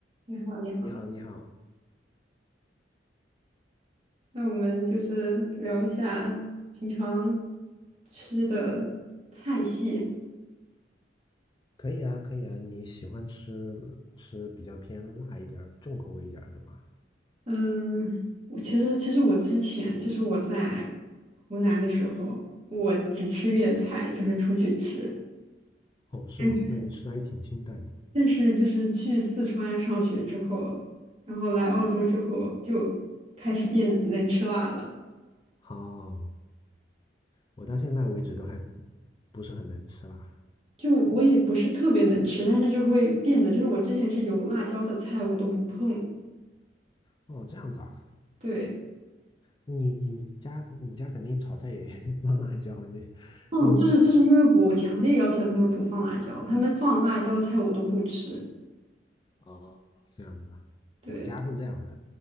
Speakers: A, on the right; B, on the left.
A: 你好，你好，
B: 你好，你好，
A: 那我们就是聊一下平常吃的菜系。
B: 可以啊，可以啊，你喜欢吃吃比较偏辣一点儿、重口味一点儿的吧？
A: 嗯，我其实其实我之前就是我在湖南的时候，我只吃粤菜，就是出去吃。
B: 哦，是吗？
A: 但
B: 那你吃的还挺清淡的。
A: 但是就是去四川上学之后，然后来澳洲之后，就开始变得能吃辣了。
B: 好，我到现在为止都还不不是很能吃辣。
A: 就我也不是特别能吃，但是就会变得，就是我之前是有辣椒的菜我都不碰。
B: 哦，这样子啊，
A: 对，
B: 那你你家你家肯定炒菜也 <laughs> 放辣椒，你
A: 嗯，
B: 那你怎么吃？
A: 就是就是因为我强烈要求他们不放辣椒，他们放辣椒的菜我都不吃。
B: 哦，这样子啊，
A: 对
B: 我家是这样的，